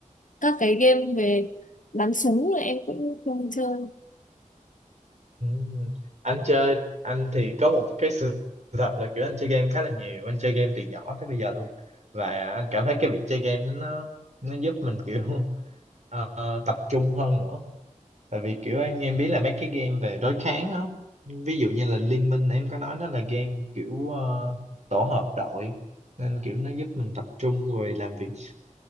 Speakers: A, on the left (about 70°); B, on the right (about 55°).
A: các cái game về bắn súng là em cũng không chơi
B: Ừm, Anh chơi anh thì có một cái sự thật là kiểu anh chơi game khá là nhiều anh chơi game từ nhỏ tới bây giờ luôn và anh cảm thấy cái việc chơi game đó nó nó giúp mình kiểu <laughs> ờ, tập trung hơn nữa tại vì kiểu anh em biết là mấy cái game về đối kháng không ví dụ như là Liên Minh em có nói nó là game kiểu ờ, tổ hợp đội nên kiểu nó giúp mình tập trung rồi làm việc